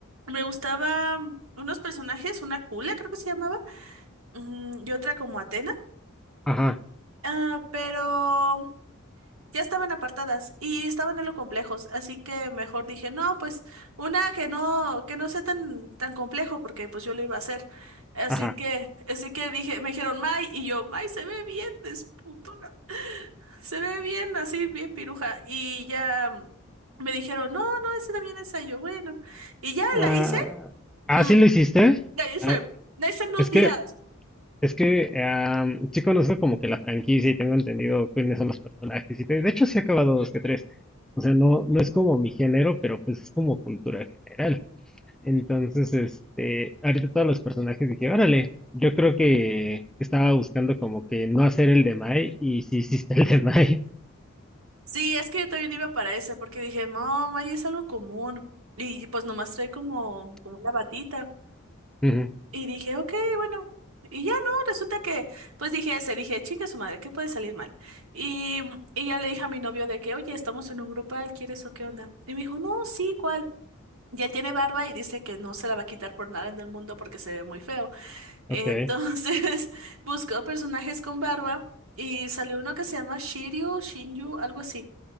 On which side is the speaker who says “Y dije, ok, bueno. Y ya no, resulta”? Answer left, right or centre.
Right